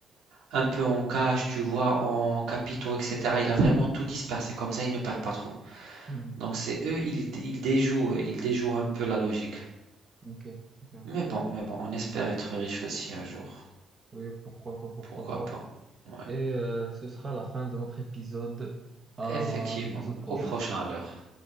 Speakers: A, on the right; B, on the right.
A: un peu en cash, tu vois, en capitaux, etc. Il a vraiment tout dispersé. Comme ça, il ne perd pas trop.
B: Hmm,
A: Donc,
B: hmm,
A: c'est eux, ils, ils déjouent, euh, ils déjouent un peu la logique.
B: ok. ok.
A: Mais bon, mais bon, on espère être riche aussi un jour.
B: Oui, pourquoi pas, pourquoi
A: Pourquoi
B: pas.
A: pas? Ouais.
B: Et euh, ce sera la fin de notre épisode. À
A: Effectivement.
B: un épisode prochain.
A: Au prochain alors.